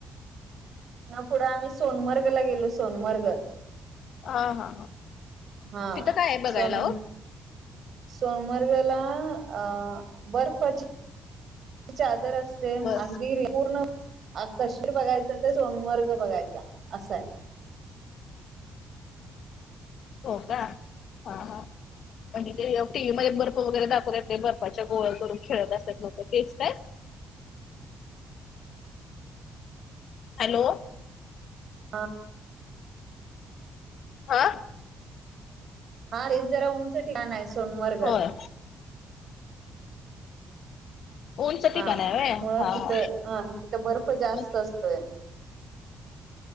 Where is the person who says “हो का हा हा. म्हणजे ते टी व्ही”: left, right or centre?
Left